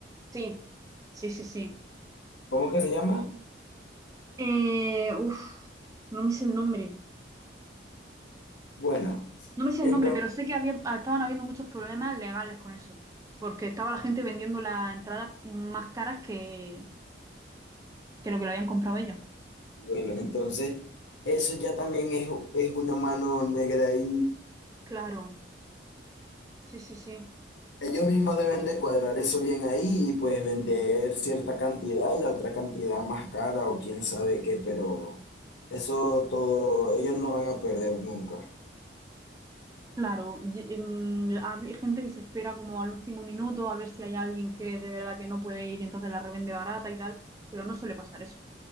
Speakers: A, on the right (about 20°); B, on the left (about 70°).
A: Sí, sí, sí, sí.
B: ¿Cómo es que se llama?
A: Eh, uf, no me sé el nombre.
B: Bueno,
A: No me sé
B: entonces,
A: el nombre, pero sé que había, estaban habiendo muchos problemas legales con eso. Porque estaba la gente vendiendo las entradas más caras que, que lo que lo habían comprado ellos.
B: bueno, entonces eso ya también es, es una mano negra ahí
A: Claro, sí, sí, sí.
B: Ellos mismos deben de cuadrar eso bien ahí y pues vender cierta cantidad y la otra cantidad más cara o quién sabe qué, pero eso todo, ellos no van a perder nunca.
A: Claro, y- em, hay gente que se espera como al último minuto a ver si hay alguien que de verdad que no puede ir, entonces la revende barata y tal, pero no suele pasar eso.